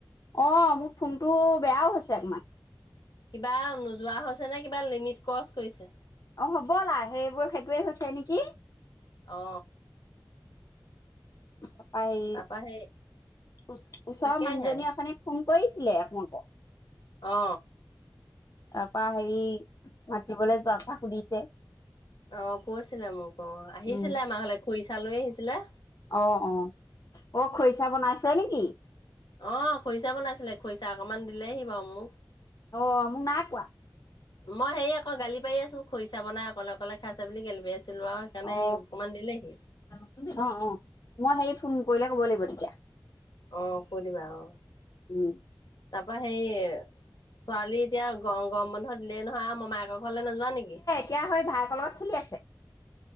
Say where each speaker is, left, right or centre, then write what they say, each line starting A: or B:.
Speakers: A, on the left (about 50°); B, on the left (about 70°).
A: অ মোৰ ফোনটো বেয়াও হৈছে অকণমান।
B: কিবা নোযোৱা হৈছেনে, কিবা লিমিট ক্ৰছ কৰিছে?
A: অ হ'বলা সেইবোৰ সেইটোৱে হৈছে নেকি?
B: অ অ।
A: তাপা সেই,
B: তাৰপা সেই
A: ওচ ওচৰৰ
B: তাকেহে
A: মানুহজনীয়ে ওঠনি ফোন কৰিছিলে আপোনালোক <unintelligible>
B: অ।
A: তাৰপা হেৰি, মাতিবলৈ যোৱা কথা সুধিছে।
B: অ কৈছিলে মোক অ, আহিছিলে
A: উম
B: আমা ঘৰলে খুৰিচা লৈ আহিছিলে।
A: অ অ। অ খৰিচা বনাইছে নেকি?
B: অ খৰিচা বনাইছিলে, খৰিচা অকমান দিলেহি বাৰু মোক।
A: অ মোক নাই কোৱা।
B: মই হেৰি আকৌ গালি পাৰি আছো, খৰিচা বনাই অকলে অকলে খাইচে বুলি গালি পাই আছিলো আৰু। সেইকাৰণে
A: অ,
B: সেই অকমান দিলেহি।
A: অ অ, মই হেৰি ফোন কৰিলে ক'ব লাগিব তেতিয়া।
B: অ কৈ দিবা অ।
A: উম।
B: তাৰপা সেই, ছোৱালী এতিয়া গম গম বন্ধ দিলেই দিলেই নহয় আও মোমাইকৰ ঘৰলে নোযোৱা নেকি?
A: কেয়া হৈ ভায়েকৰ লগত খেলি আছে।